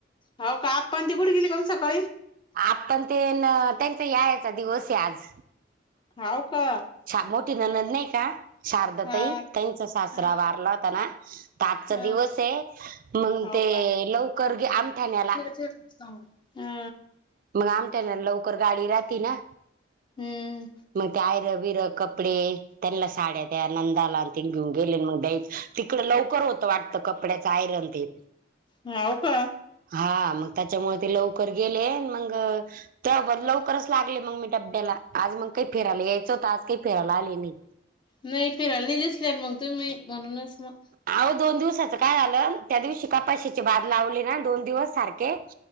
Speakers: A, on the left; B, on the right.
A: हो का आप पण ती कुठं गेली ग सकाळी.
B: आताण ते न त्यांचा यायचा दिवस आहे आज
A: हाव का
B: मोठी ननद नाही का शारद
A: हा
B: तई तचा सासरा
A: हा
B: वारला होताना आजचा
A: हा
B: दिवस आहे मग
A: हाव
B: ते
A: का
B: लवकर आमठाण्याला
A: <unintelligible> हा
B: मग आमट्याना लवकर गाडी राहती ना
A: हम्म
B: मग ते आयर बिर कपडे त्यांना साड्या द्या नंदाला तेन घेऊन गेले मग द्यायच. तिकडं लवकर होतं वाटतं कपड्याच आयरन ते
A: ह हो का
B: हा मग त्याच्यामुळे ते लवकर गेले मग त्या लवकरच लागले मग मी डब्याला आज मग काही फिरायला यायचंतं आज काही फिरायला आले नाही
A: नाही फिरायला नाही दिसल्या मग तुम्ही म्हणूनच मग
B: अहो दोन दिवसाचं काय झालं त्या दिवशी कापाशीची बाद लावली ना दोन दिवस सारखे